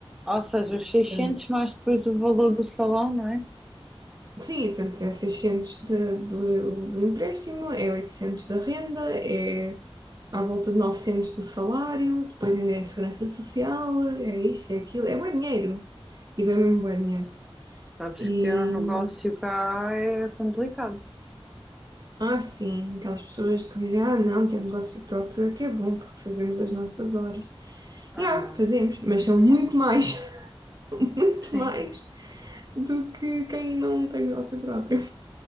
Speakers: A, in the centre; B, on the right.
A: Ou seja, os 600
B: Portanto,
A: mais depois o valor do salão, não é?
B: sim, tanto é 600 de- do, do empréstimo, é 800 da renda, é à volta de 900 do salário, depois ainda é segurança social, é isto, é aquilo, é bom dinheiro, tipo, é mesmo bom dinheiro.
A: Sabes
B: E,
A: que ter um negócio cá é complicado.
B: ah, sim, aquelas pessoas que dizem, ah, não, ter negócio próprio é que é bom, porque fazemos as nossas horas.
A: Ah,
B: E, ah,
A: não.
B: fazemos, mas são muito mais, <laughs> muito
A: Sim.
B: mais do que quem não tem negócio próprio.